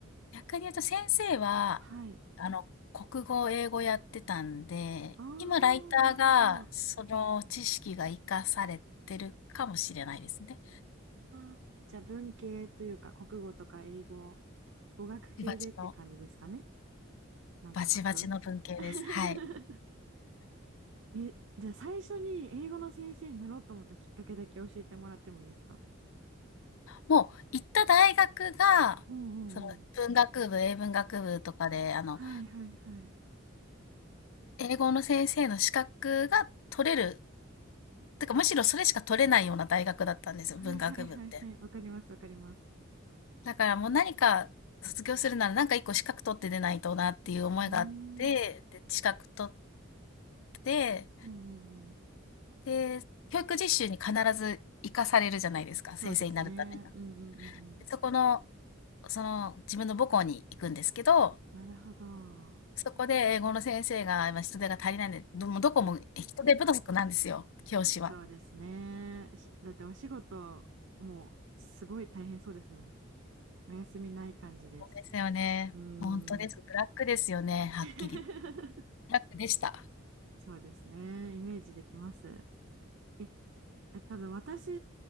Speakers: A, on the left (about 75°); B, on the right (about 65°).
A: 逆に言うと先生は、
B: はい。
A: あの、国語、英語やってたんで、
B: あー、
A: 今、ライターが、
B: なるほど。あ
A: その知識が活かされてるかもしれないですね。
B: ー、じゃあ文系というか国語とか英語、語学系でって感じですかね。
A: バチバチの、
B: なんとなく。
A: バチバチの文系です。
B: <laughs>
A: はい。
B: え、じゃあ最初に英語の先生になろうと思ったきっかけだけ教えてもらってもいいですか
A: もう行った大学が、
B: うんうんうん
A: その文学部、英文学部とかで、あの、
B: はいはいはい。
A: 英語の先生の資格が取れる、てかむしろそれしか取れないような大学だったんですよ、
B: はいはいはいはい。
A: 文学部って。
B: わかりますわかります。
A: だからもう何か卒業するなら何か一個資格取って出ないとなっていう思いがあって、
B: うん。う
A: で、資格取って、
B: ーん。うんうんうん。
A: で、教育実習に必ず行かされるじゃないですか、
B: そうですね。
A: 先生になるためには。
B: うんうんうんうん。
A: でそこの、その自分の母校に行くんですけど、
B: なるほど。
A: そこで英語の先生が、今人手が足りないんで、どもうどこも人手不足なんですよ、教師は。
B: そうですね。しだってお仕事もうすごい大変そうですもん。お休みない感じです。
A: そうですよね。
B: うーん。
A: ほんとです。ブラックですよね、はっきり。
B: <laughs>
A: ブラックでした。
B: そうですね。イメージできます。え、え、多分私